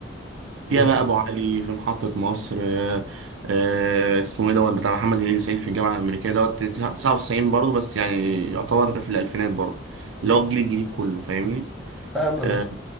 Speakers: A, in the centre; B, on the right.
A: بالظبط
B: فيها بقى أبو علي في محطة مصر آه، آه، اسمه إيه دوت بتاع محمد هنيدي سعيد في الجامعة الأمريكية دوت تسعة- 99 برضه بس يعني يعتبر في الألفينات برضه اللي هو الجيل الجديد كله فاهمني
A: فاهمك
B: آه،
A: اه